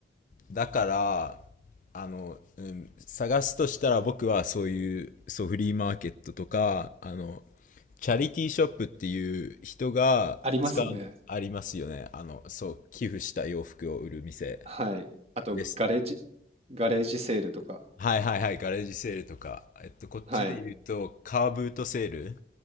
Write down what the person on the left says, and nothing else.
だから、あの、うん、探すとしたら僕はそういう、そう、フリーマーケットとか、あの、チャリティーショップっていう人が使う、
ありますよね。あの、そう、寄付した洋服を売る店
です。
はいはいはい、ガレージセールとか、えっと、こっちで言うと、
カーブートセールっ